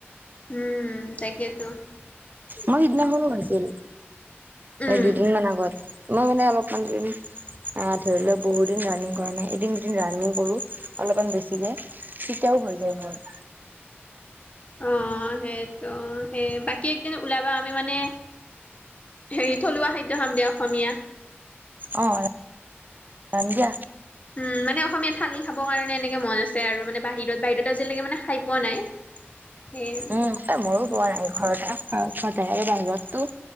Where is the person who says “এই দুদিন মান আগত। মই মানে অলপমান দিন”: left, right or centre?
Right